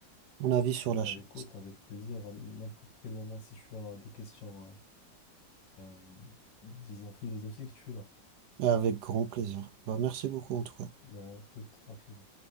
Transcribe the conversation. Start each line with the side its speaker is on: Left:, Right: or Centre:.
Right: ton avis sur
Left: Bah
Right: la chose.
Left: écoute, avec plaisir, à n'importe quel moment, si tu as des questions, euh, euh, disons philosophiques, tu es là.
Right: Avec grand plaisir. Bah, merci beaucoup, en tout cas.
Left: Bah, tout, à plus.